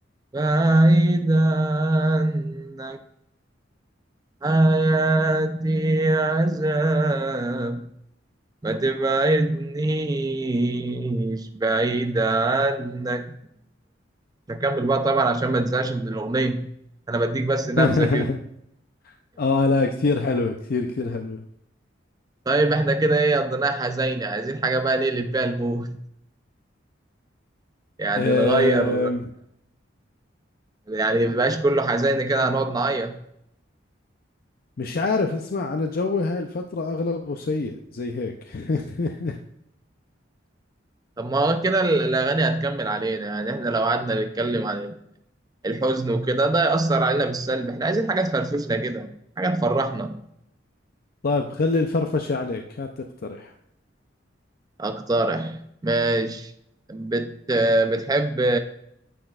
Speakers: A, on the right; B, on the left.
A: بعيد عنك حياتي عذاب ما تبعدنيش بعيد عنك مش هكمل بقى طبعا عشان ما تنساش من الاغنية انا بديك بس نبذة
B: <laughs>
A: كده
B: اه لا كثير حلوة كثير كثير حلوة
A: طيب احنا كده ايه قضيناها حزينة عايزين حاجة بقى نقلب بيها المود يعني
B: آه
A: نغير يعني مبقاش كله حزين كده هنقعد نعيط
B: مش عارف اسمع انا جوي هاي الفترة اغلبه سيء زي هيك <laughs>
A: طب ما هو كده ال- الأغاني هتكمل علينا يعني احنا لو قعدنا نتكلم عن الحزن وكده ده يأثر علينا بالسلب احنا عايزين حاجة تفرفشنا كده حاجة تفرحنا
B: طيب خلي الفرفشة عليك هات تقترح
A: أقترح ماشي بت... بتحب